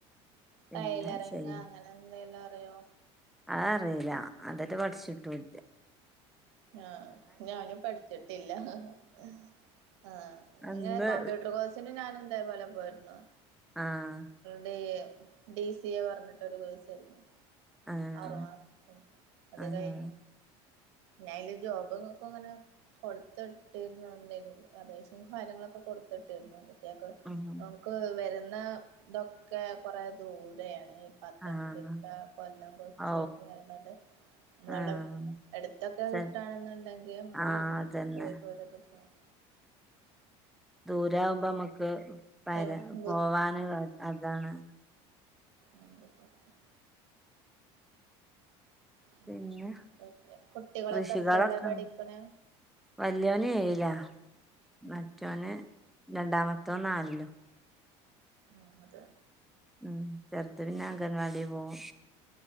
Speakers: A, in the centre; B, on the right.
A: പിന്നെ
B: ടൈലറിങ്
A: ശരി
B: അങ്ങനെ എന്തേലും അറിയോ
A: ആഅറീല അതേറ്റെ പഠിച്ചിട്ടൂല്ല
B: ആഹ് ഞാനും പഠിച്ചിട്ടില്ല ഹ് ഹ് ആ
A: അന്ന്
B: ഇങ്ങനെ കമ്പ്യൂട്ടർ കോഴ്സിന് ഞാൻ തേപോലെ പോയിരുന്നു
A: ആഹ്
B: ഡി ഡിസി തീയ പറഞ്ഞിട്ടൊരു കോഴ്സേരുന്നു
A: ആഹ്
B: ആറുമാസത്തെ അത്കഴിഞ്ഞു
A: ആഹ്
B: ഞയില് ജോബ്ങ്ങക്കുംങ്ങനെ കൊടുത്തിട്ടിരുന്നു എന്തേലും അപേക്ഷ ഫലങ്ങളൊക്കെ കൊടുത്തിട്ടിരുന്നു
A: ഉം
B: നമുക്ക് വരുന്ന ഇതൊക്കെ കുറേ ദൂരെയാണ് പത്തനംതിട്ട
A: ആഹ്
B: കൊല്ലം കൊച്ചി
A: ഔ
B: ഒക്കെ ആയിനിട്ട് നമ്മളവിടെ
A: ആഹ്
B: എടുത്തൊക്കെ
A: ശരി
B: കിട്ടാണെന്നുണ്ടെങ്കി നമ്മുക്ക്
A: ആഹ്
B: പിന്നിം
A: അതന്നെ
B: പോയി പോരൊക്കെ ചെയാം
A: ദൂരെ ആവുമ്പോ മ്മക്ക് പരാ
B: ഉം
A: പോവാന് അതാണ്
B: അയിന്റെ പ്രശ്നം അങ്ങനെക്കായിട്ട്
A: പിന്നെ
B: കുട്ടികളൊക്കെ
A: കൃഷികളൊക്കെ
B: എത്രയിലാ പഠിക്ക്ണ്
A: വല്യോന് ഏഴിലാ
B: ഉം
A: മറ്റോന് രണ്ടാമത്തോൻ നാലിലും
B: ഉം അതെ
A: ഉം ചർത് പിന്നെ അംഗനവാടിപോവും